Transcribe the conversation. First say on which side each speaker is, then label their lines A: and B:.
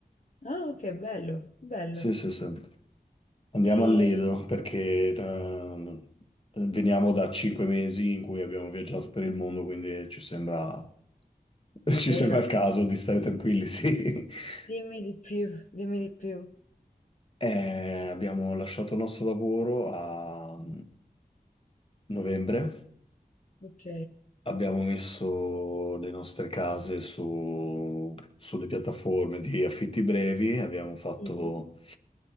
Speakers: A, on the left; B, on the left.
A: Ah, ok, bello, bello.
B: Sì, sì, sì. Andiamo
A: E...
B: al Lido perché ehm, veniamo da cinque mesi in cui abbiamo viaggiato per il mondo, quindi ci sembra, <laughs>
A: Davvero?
B: ci sembra il caso di stare tranquilli, sì.
A: Dimmi
B: <laughs>
A: di più, dimmi di più.
B: Eh, abbiamo lasciato il nostro lavoro a novembre,
A: Ok.
B: abbiamo messo le nostre case su, sulle piattaforme di affitti brevi, abbiamo fatto...
A: Mhm.